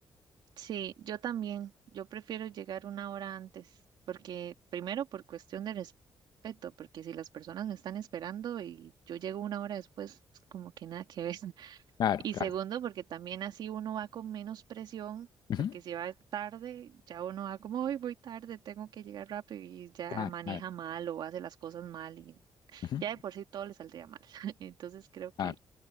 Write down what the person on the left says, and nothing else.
Claro,
claro.
ujú,
Claro,
claro.
ujú,
Claro,